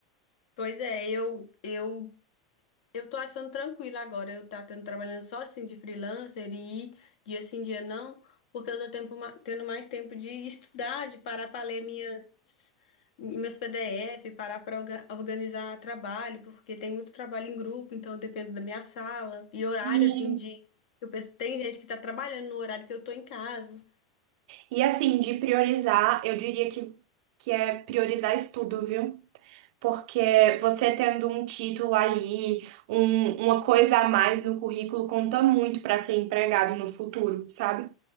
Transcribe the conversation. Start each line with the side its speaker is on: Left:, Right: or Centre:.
Left: Pois é, eu, eu Eu tô achando tranquilo agora. Eu tá tendo trabalhando só assim de freelancer e ir dia sim, dia não, porque eu tô tempo ma- tendo mais tempo de estudar, de parar para ler minhas meus PDF, parar para organizar trabalho, porque tem muito trabalho em grupo, então depende da minha sala e horário
Right: E,
Left: assim de eu penso, tem gente que tá trabalhando no horário que eu tô em casa.
Right: e assim, de priorizar, eu diria que, que é priorizar estudo, viu? Porque você tendo um título ali, um- uma coisa a mais no currículo, conta muito para ser empregado no futuro, sabe?